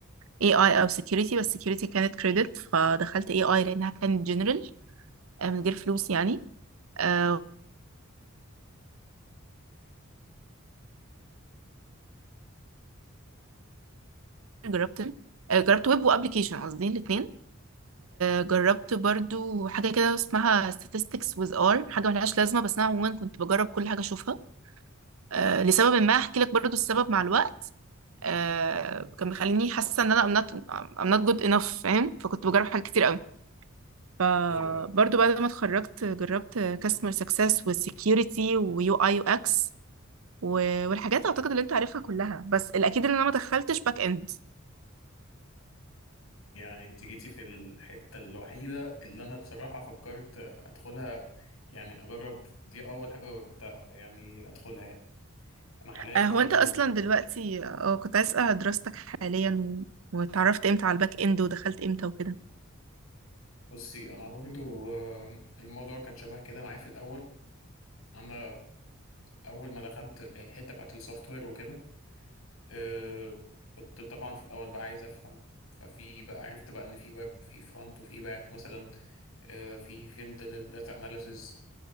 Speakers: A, on the right; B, on the left.
A: اي اي او security بس security كانت كريدت فدخلت اي اي لانها كانت جنرال من غير فلوس يعني آه، جربت آه، جربت ويب وابلكيشن قصدي الاثنين جربت برضو حاجه كده اسمها statistics with R حاجه ملهاش لازمه بس انا عموما كنت بجرب كل حاجه اشوفها آه، لسبب ما هحكي لك برضو السبب مع الوقت آه كان مخليني حاسه ان انا I'm not I'm not good enough فاهم فكنت بجرب حاجات كتير قوي فبرضه
B: ايوه
A: بعد ما اتخرجت جربت كاستمر سكسس وسكيورتي ويو اي يو اكس والحاجات اعتقد اللي انت عارفها كلها بس الاكيد ان انا ما دخلتش باك اند
B: يعني انت جيتي في الحته الوحيده اللي انا بصراحه فكرت ادخلها يعني اجرب دي اول حاجه جربتها يعني ادخلها يعني انا حاليا
A: آه،
B: برضو
A: هو انت اصلا دلوقتي اه كنت عايز اسال دراستك حاليا و... واتعرفت امتى على الباك اند ودخلت امتى وكده
B: بصي انا برضو آه، الموضوع كان شبه كده معايا في الاول انا اول ما دخلت ال- الحته بتاعت السوفت وير وكده آه، كنت طبعا في الاول بقى عايز افهم ففي بقى عرفت بقى ان في ويب في فرونت وفي باك مثلا آه، في فيلد للداتا اناليسز